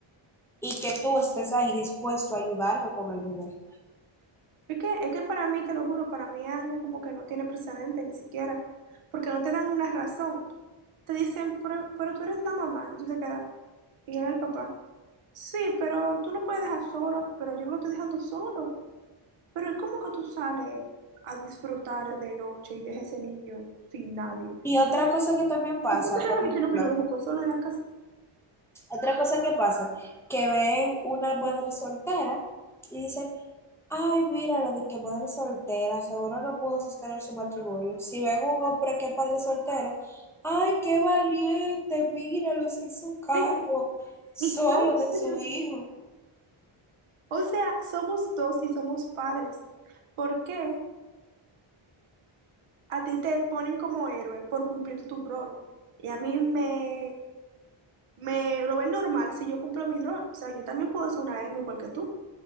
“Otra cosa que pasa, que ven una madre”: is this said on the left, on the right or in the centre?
Centre